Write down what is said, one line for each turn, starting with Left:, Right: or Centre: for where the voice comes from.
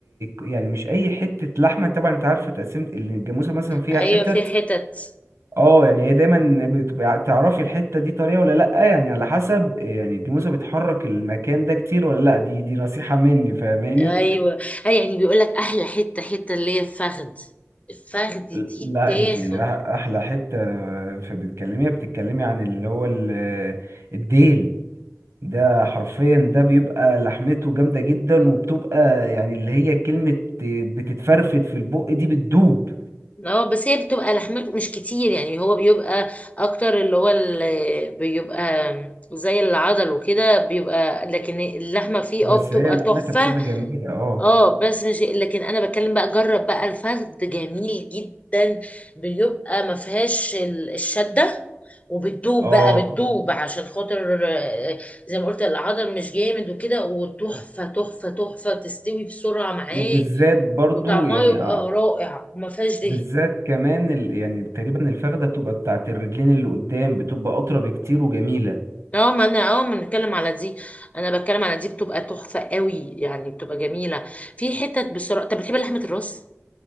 Right: يعني مش اي حته لحمه طبعا انت عارفه تقسيمه الجاموسه مثلا فيها
Left: ايوه
Right: حتت
Left: في حتت
Right: اه يعني هي دايما بتبقى تعرفي الحته دي طريه ولا لا يعني على حسب يعني الجاموسه بتحرك المكان ده كتير ولا لا دي دي نصيحه مني فاهماني
Left: ايوه اي يعني بيقول لك احلى حته حته اللي هي الفخد الفخد دي
Right: لا
Left: تاخد
Right: انت أح- احلى حته في بتكلميها بتتكلمي عن اللي هو ال- الديل ده حرفيا ده بيبقى لحمته جامده جدا وبتبقى يعني اللي هي كلمه بتتفرفت في البق دي بتدوب
Left: اه بس هي بتبقى لحمته مش كتير يعني هو بيبقى اكتر اللي هو اللي بيبقى زي العضل وكده بيبقى لكن اللحمه فيه
Right: بس
Left: اه بتبقى
Right: هي لحمتها
Left: تحفه
Right: بتبقى جميله اه
Left: اه بس شيء لكن انا بتكلم بقى جرب بقى الفخد جميل جدا بيبقى ما فيهاش ال- الشده وبتدوب
Right: اه
Left: بقى بتدوب عشان خاطر آه، زي ما قلت العضل مش جامد وكده وتحفه تحفه تحفه تستوي بسرعه معاك
Right: وبالذات برضو
Left: وطعمها
Right: يعني
Left: يبقى
Right: آه
Left: رائع وما فيهاش دهن
Right: بالذات كمان ال... يعني تقريبا الفخده بتبقى بتاعت الرجلين اللي قدام بتبقى اطرى بكتير وجميله
Left: اه ما انا اه ما بنتكلم على دي انا بتكلم على دي بتبقى تحفه قوي يعني بتبقى جميله في حتت بسرعه طب بتحب لحمه الراس